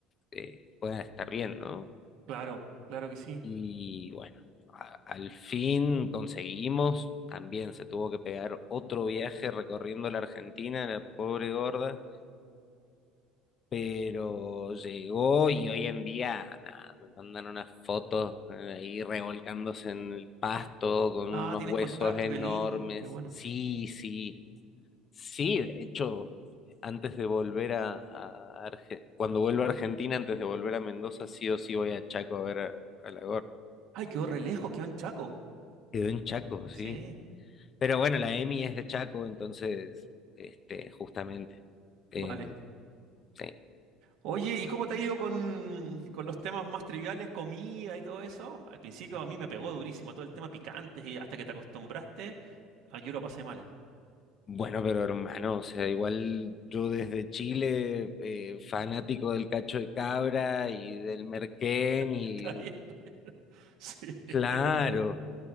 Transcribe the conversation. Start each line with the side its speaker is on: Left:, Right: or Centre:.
Left: eh, pueda estar bien, ¿no?
Right: claro, claro que sí.
Left: Y bueno, a- al fin conseguimos, también se tuvo que pegar otro viaje recorriendo la Argentina, la pobre gorda, pero llegó y hoy en día nada, me mandan unas fotos eh, ahí revolcándose en el pasto con
Right: Ah,
Left: unos
Right: tienen
Left: huesos
Right: contacto,
Left: enormes.
Right: qué lindo, qué bueno.
Left: Sí, sí. Sí, de hecho, antes de volver a, a Arge- cuando vuelva a Argentina, antes de volver a Mendoza, sí o sí voy a Chaco a ver a, a la
Right: Ay, quedó re lejos, quedó en Chaco.
Left: Quedó en Chaco,
Right: Sí,
Left: sí. Pero bueno, la Emi es de Chaco, entonces, este, justamente. em,
Right: vale.
Left: sí.
Right: Oye, ¿y cómo te ha ido con, con los temas más triviales, comida y todo eso? Al principio a mí me pegó durísimo todo el tema picante y hasta que te acostumbraste, ah, yo lo pasé mal.
Left: Bueno, pero hermano, o sea, igual yo desde Chile, eh, fanático del cacho de cabra y del merquén y
Right: <laughs> Está bien. Sí,
Left: claro,
Right: es verdad,